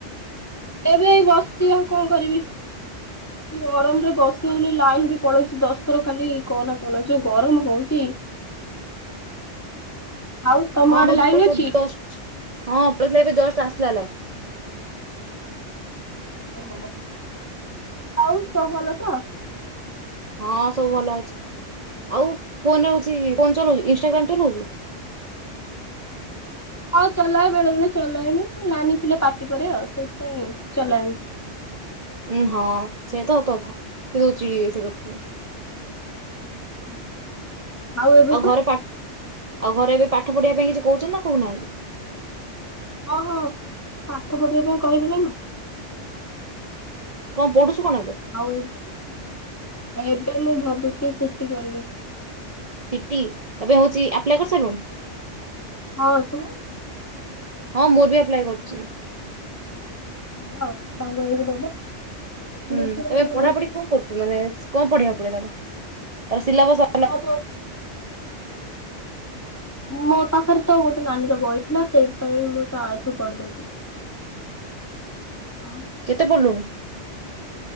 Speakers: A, on the left (about 20°); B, on the right (about 45°).
A: ଏବେ ଏଇ ବସିି ଆଉ କଣ କରିବି। ଗରମ ରେ ବସହଉନି, ଲାଇନ୍ ବି ପଳଉଛି ଦଶଥର ଖାଲି କହନା କହନା ଯୋଉ ଗରମ ହଉଛି। ଆଉ ତମ
B: ହଁ
A: ଆଡେ
B: ମୋର
A: ଲାଇନ୍ ଅଛି?
B: <unintelligible> ହଁ, ପଳେଇଥିଲେ ଏବେ ଜଷ୍ଟ ଆସିଲା ଲାଇନ୍।
A: ଓ ହୋ ଆଉ ସବୁ ଭଲ ତ?
B: ହଁ ସବୁ ଭଲ ଅଛି, ଆଉ ଫୋନ ରେ ହଉଛି ଫୋନ ଚଲଉଛୁ ଇନଷ୍ଟାଗ୍ରାମ ଚଲଉଛୁ?
A: ହଁ ଚଲାଏ ବେଳେ ବେଳେ ଚଲାଏନି ନାନି ଥିଲେ ପାଟି କରେ ଆଉ ସେଥିପାଇଁ ଚଲଏନି।
B: ଉଁ ହଁ ସେ ତ ସତ କଥା ସେ ତ ଚିଡ଼ିବେ ସେ କଥା ହୁଏ।
A: <inaudible> ଏବେ
B: ଆଉ
A: ତୁ
B: ଘରେ ପା ଆଉ ଘରେ ଏବେ ପାଠ ପଢିବା ପାଇଁ କିଛି କହୁଛନ୍ତି ନା କହୁନାହାନ୍ତି।
A: ହଁ, ହଁ ପାଠ ପଢିବା ପାଇଁ କହିବି ନା
B: କଣ ପଢୁଛୁ କଣ ଏବେ?
A: ଆଉ ଏବେ ଏବେ ମୁଁ ଭାବୁଛି ସି ଟି କରିବି
B: ସିଟିି ଏବେ ହଉଛି ଆପ୍ କରିସାରିଲୁଣି
A: ହଁ ତୁ
B: ହଁ ମୁଁ ବି ଆପ୍ଲାଏ କରିଛି।
A: <inaudible>
B: ହୁଁ
A: ଦେଖିବା
B: ତମେ
A: କଣ
B: ପଢା
A: ହଉଛି।
B: ପଢି କଣ କରୁଛୁ ମାନେ କଣ ପଢିବାକୁ ପଢିବ ତା ପାଇଁ ତାର ସିଲାବସ
A: <inaudible> ହଁ ମୋ ପାଖରେ ତ ଗୋଟେ ନାନୀର ବହି ଥିଲା ସେଇପାଇଁ ମୁଁ ତା ଆଠରୁ ପଢଦଉଛି ହଁ।
B: କେତେ ପଢ଼ିଲୁଣି?